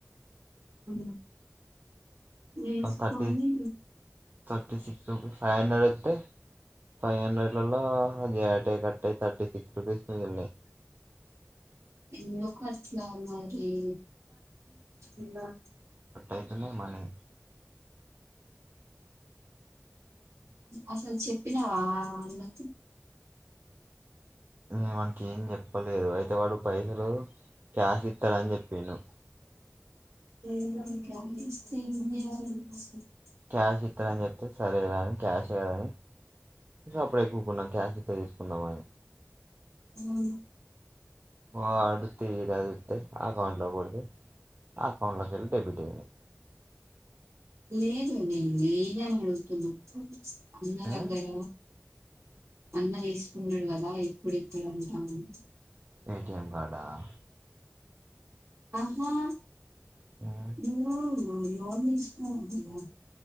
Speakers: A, on the right (about 70°); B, on the right (about 40°).
A: అ ఏసికొని
B: థర్టీ థర్టీ రూపీస్ ఫైవ్ హండ్రెడ్ వేట్ ఫైవ్హండ్రేల్లో జట కట్ట తథర్టి సిక్స్ రుూపీస్ మిగిలానయా
A: లోకట్లా వున్ ఏ ఇలా
B: ఏతలె మనీ
A: అసలు చెప్పినా అన్న
B: న మనకి ఏం చెప్పలేదు అయితే వాడు పైసలు క్యాష్ ఇస్తాడని చెప్పను
A: ఏందో <unintelligible>
B: క్యాష్ ఇస్తానని చెప్తే సరే రాని క్యాష్ కదని ఇ అప్పుడు ఎక్కున్నాం క్యాష్ ఇయితే తీసుకుందాం అని
A: ఆవును
B: వా అడుతే ఇది అడుతే ఆ అకౌంట్లో కొడితే ఆ అకౌంట్లోకి వెళ్ళి డెబిట్ అయ్య
A: లేదు నేను ఏనును పూ అన్నదగర
B: ఉమ్
A: అన్న వసుకున్నాడు కదా ఎప్పుడుద్దడు అంటాము
B: ఏటిఎం కార్డ ఆ
A: అహా
B: ఉమ్
A: ఎవడు నిష ఉందిగా